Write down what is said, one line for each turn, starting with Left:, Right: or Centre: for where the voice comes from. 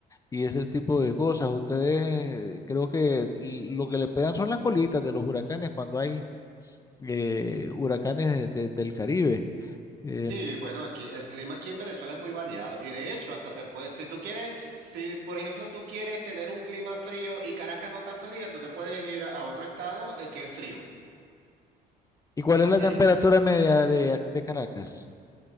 Left: y ese tipo de cosas. Ustedes eh, creo que l- lo que le pegan son las colitas de los huracanes cuando hay eh, huracanes de- de- del Caribe. Eh,
Right: Sí, bueno, aquí el clima aquí en Venezuela es muy variado y de hecho hasta te puedes, si tú quieres, si por ejemplo tú quieres tener un clima frío y Caracas no está fría, tú te puedes ir a a otro estado eh, que es frío.
Left: ¿y cuál es la
Right: Eh,
Left: temperatura media de, ac- de Caracas?